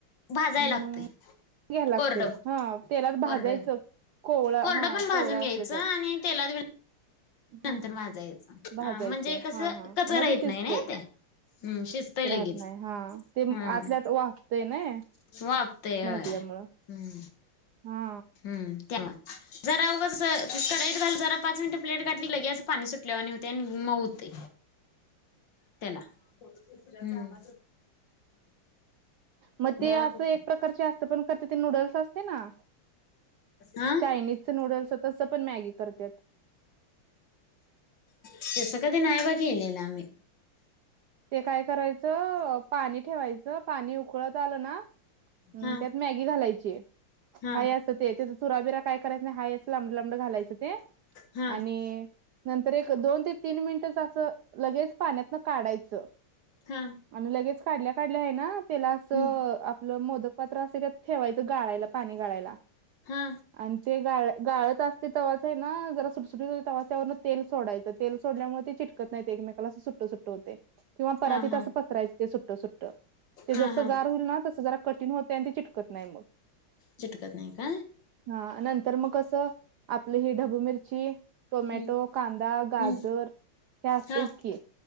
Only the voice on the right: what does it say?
अम्
घ्यायाला लागते
हा तेलात भाजायच
कवळा
हा
कवळा
असलं तर
हा
भाजायचं
हा हा
मग ते शिजतय
राहत
नाही हा ते
आतल्यात वाफतय नाय
भाजल्यामुळं
हा
हम
मग ते
असं एक प्रकारचे असतं पण करते ते नूडल्स असते ना
चायनीजच नूडल्स तसं पण मॅगी करत
ते काय करायचं पाणी ठेवायचं ज पाणी उकळत आलं ना
त्यात मॅगी घालायची आहे
हाय अस ते सुराबिरा काय करायच नाही हा असं लांबड लांबड घालायचं ते
आणि नंतर एक दोन ते तीन मिनिट असं लगेच पाण्यातन काढायचं
आणि लगेच काढल्या काढल्या आहे ना त्याला असं
आपलं मोदक पात्र असे त्यात ठेवायचं गाळायला पाणी गाळायला
आणि ते गाळत असत ते तवासा आहे ना जरा सुटसुटी तवासावर तेल सोडायं तेल सोडल्यामुळे ते चिटकत नाहीत एकमेकाला असं सुट सुट्ट होते किंवा परा
तीत
असं पसरायं ते सुट्टं सुट्टं ते जसं
गार होईल ना तसं जरा कठीण होतंय ते चिटकत नाही मग
हा नंतर मग कसं आपलं ही ढबू मिरची टोमॅटो,
कांदा, गाजर
हे असतयच
की